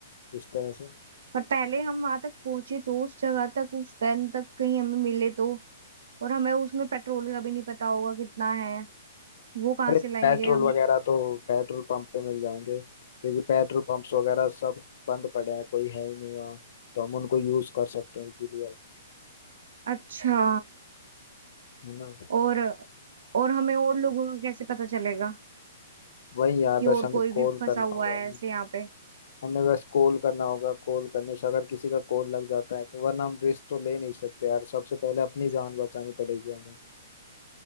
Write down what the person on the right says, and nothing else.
पर पहले हम वहां तक पहुंचे तो उस जगह तक उस वैन तक कहीं हमें मिले तो और हमें उसमें पेट्रोल का भी नहीं पता होगा कितना है वो कहाँ
से लाएंगे
हम
अच्छा
और और हमें और लोगों का कैसे पता चलेगा
कि
और
कोई
भी फंसा
हुआ
है ऐसे यहाँ पे